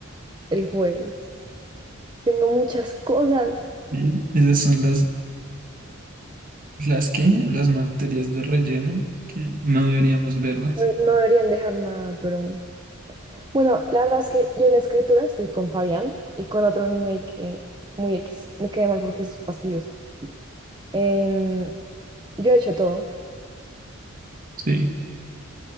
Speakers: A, on the right (about 20°); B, on the right (about 40°).
A: el jueves. Tengo muchas cosas.
B: Y esas son las, las que, las materias de relleno que no deberíamos verlas.
A: No no deberían dejar nada, pero... Bueno, la verdad es que yo en escritura estoy con Fabián y con otro niño ahí que muy X. Me quedé mal porque es fastidioso. Em, yo he hecho todo.
B: Sí,